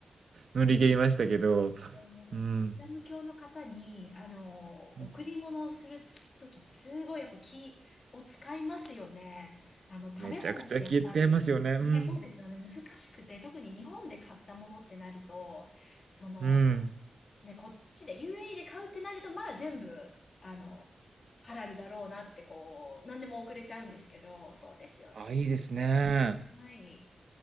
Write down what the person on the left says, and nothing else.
ほど、
そう、イスラム教の方に、あの、
贈り物をするとき、すごいやっぱ気を使いますよね。あの、食べ物ってやっぱり、
ね、そうですよね、難しくて、特に日本で買ったものってなると、その、
ね、こっちで UAE で買うってなると、まあ全部、あの、ハラルだろうなって、こう、何でも送れちゃうんですけど、そうですよね。
はい。